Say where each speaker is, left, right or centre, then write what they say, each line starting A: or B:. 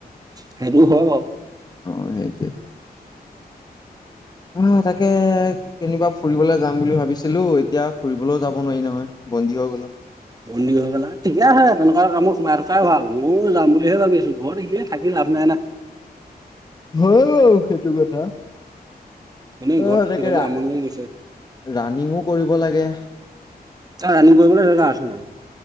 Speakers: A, on the right (about 25°); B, on the left (about 25°).
A: সেইটো হয় বাওঁ।
B: অ সেই তুৱে। হয় তাকে কেনিবা ফুৰিবলৈ যাম বুলি ভাবিছিলো, এতিয়া ফুৰিবলৈও যাব নোৱাৰি নহয়। বন্দী হৈ গ'লো
A: বন্দী হৈ গলা, ঠিকে আছে তেনেকুৱা কামত সোমাই থকাই ভাল, ময়ো যাম বুলিহে ভাবি আছো, ঘৰত এনেই থাকি লাভ নাই না।
B: হয় বাওঁ সেইটো কথা।
A: এনেই
B: অ
A: ঘৰত
B: এনেকে
A: থাকি থাকি
B: ৰা
A: আমনি লাগি গৈছে।
B: ৰাণিঙো কৰিব লাগে।
A: তাত ৰানিং কৰিবলে জেগা আছে নাই?